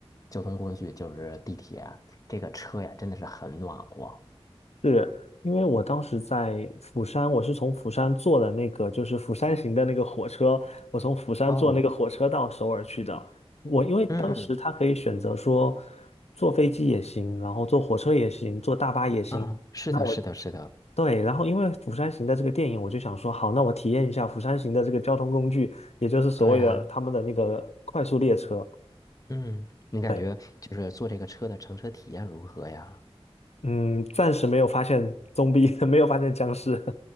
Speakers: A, on the left; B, on the left.
A: 交通工具，就是地铁，这个车呀，真的是很暖和。
B: 是因为我当时在釜山，我是从釜山坐的那个就是釜山行的那个火车，我从釜山坐那个火车到首尔去的。
A: 哦，
B: 我因为当时他可以选择说
A: 嗯，
B: 坐飞机也行，然后坐火车也行，坐大巴也行。
A: 啊，是的，
B: 那我
A: 是的，是的，
B: 对，然后因为釜山行的这个电影，我就想说，好，那我体验一下釜山行的这个交通工具，也就是所谓的他们的那个快速列车。
A: 对啊，嗯，你感觉就是坐这个车的乘车体验如何呀？
B: 对，嗯，暂时没有发现 <laughs> z o 没有发现僵尸。